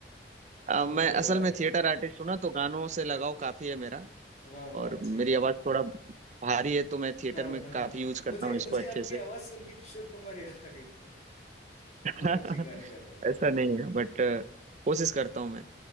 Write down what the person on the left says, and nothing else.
मधुर आवाज
है
वाह वाह
अच्छी
बात
हाँ
हाँ
हाँ
मुझे
मुझे
आपकी
आवाज सुन के किशोर कुमार याद आ गई थी
बहुत अच्छी गाने गाते हो